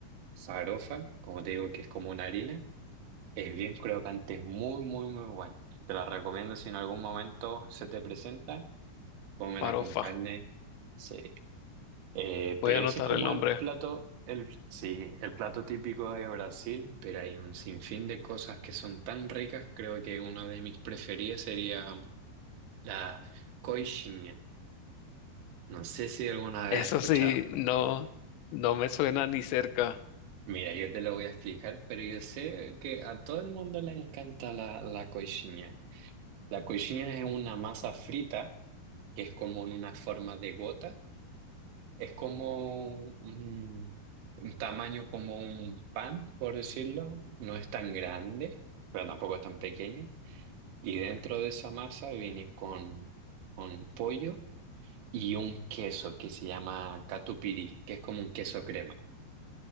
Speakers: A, on the right (about 90°); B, on the left (about 85°).
A: farofa, como te digo, que es como una harina. Es bien crocante, es muy, muy, muy bueno. Te la recomiendo si en algún momento se te presenta, cómela
B: farofa.
A: con carne. Sí. Eh,
B: Voy
A: pero
B: a anotar
A: ese es como
B: el nombre.
A: el plato, el, sí, el plato típico de Brasil, pero hay un sinfín de cosas que son tan ricas. Creo que una de mis preferidas sería la coxinha No sé si alguna
B: Eso
A: vez he escuchado.
B: sí, no, no me suena ni cerca.
A: Mira, yo te lo voy a explicar, pero yo sé que a todo el mundo le encanta la, la coxinha. La coxinha es una masa frita que es como en una forma de gota. Es como un, un tamaño como un pan, por decirlo. No es tan grande, pero tampoco es tan pequeño. Y dentro de esa masa viene con, con pollo y un queso que se llama catupiry, que es como un queso crema.